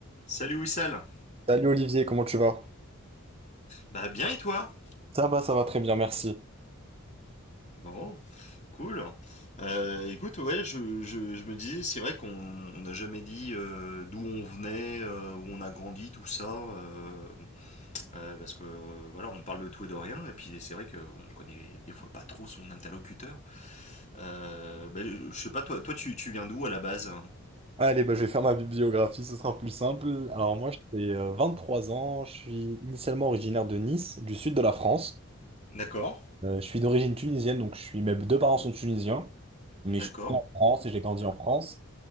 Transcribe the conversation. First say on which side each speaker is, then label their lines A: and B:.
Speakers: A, on the left; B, on the right.
A: Salut Wissal.
B: Salut Olivier, comment tu vas?
A: Bah bien et toi
B: Ça va, ça va très bien, merci.
A: Bon, cool. Euh, écoute, ouais, je, je, je me disais, c'est vrai qu'on on n'a jamais dit euh, d'où on venait, euh, où on a grandi, tout ça, euh, euh, parce que euh, voilà, on parle de tout et de rien, et puis c'est vrai qu'on connaît des fois pas trop son interlocuteur. Euh, bah, je je sais pas, toi, toi, tu, tu viens d'où à la base
B: Allez, bah, je vais faire ma bibliographie, ce sera plus simple. Alors moi, j'ai euh, trois ans, je suis initialement originaire de Nice, du sud de la France.
A: D'accord.
B: Euh, je suis d'origine tunisienne, donc je suis, mes deux parents sont tunisiens, mais
A: D'accord.
B: je suis né en France et j'ai grandi en France.